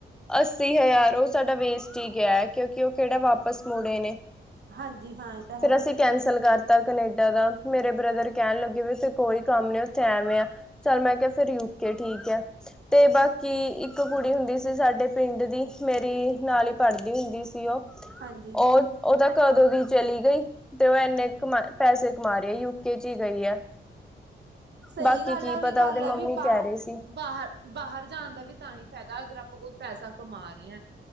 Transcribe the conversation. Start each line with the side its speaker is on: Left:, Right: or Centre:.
Centre: ਅੱਸੀ ਹਜ਼ਾਰ ਉਹ ਸਾਡਾ ਵੇਸਟ ਹੀ ਗਿਆ ਹੈ। ਕਿਉਂਕਿ ਉਹ ਕਿਹੜਾ ਵਾਪਸ ਮੁੜੇ ਨੇ।
Right: ਹਾਂਜੀ ਹਾਂ ਇਹ ਤਾਂ
Centre: ਫਿਰ
Right: ਹੈ
Centre: ਅਸੀਂ ਕੈਂਸਲ ਕਰ ਤਾਂ ਕਨੇਡਾ ਦਾ ਮੇਰੇ ਬ੍ਰਦਰ ਕਹਿਣ ਲੱਗੇ ਵੀ ਉੱਥੇ ਕੋਈ ਕੰਮ ਨ ਉੱਥੇ ਐਵੇਂ ਆ ਚੱਲ ਮੈਂ ਕਿਹਾ ਫਿਰੂ ਓ ਠੀਕ ਹੈ ਤੇ ਬਾਕੀ ਇੱਕ ਕੁੜੀ ਹੁੰਦੀ ਸੀ। ਸਾਡੇ ਪਿੰਡ ਦੀ ਮੇਰੀ ਨਾਲ ਪੜ੍ਹਦੀ ਹੁੰਦੀ ਸੀ। ਉਹ
Right: ਹਾਂਜੀ।
Centre: ਉਹ ਉਹ ਤਾਂ ਕਦੋਂ ਦੀ ਚਲੀ ਗਈ ਤੇ ਉਹ ਇੰਨੇ ਮਾਰਿਆ ਯੂਕੇ ਚ ਹੀ ਗਈ ਹੈ।
Right: ਸਹੀ
Centre: ਬਾਕੀ
Right: ਗੱਲ
Centre: ਕੀ
Right: ਆ ਉਹੀ
Centre: ਪਤਾ
Right: ਗੱਲ
Centre: ਉਹਦੇ ਮੰਮੀ
Right: ਹੈ। ਵੀ ਬਾਹਰ
Centre: ਕਹਿ ਰਹੇ ਸੀ
Right: ਬਾਹਰ ਬਾਹਰ ਜਾਣ ਦਾ ਵੀ ਤਾਂ ਹੀ ਫਾਇਦਾ ਅਗਰ ਆਪਾਂ ਆਪ ਕੋਈ ਪੈਸਾ ਕਮਾ ਰਹੇ ਹਾਂ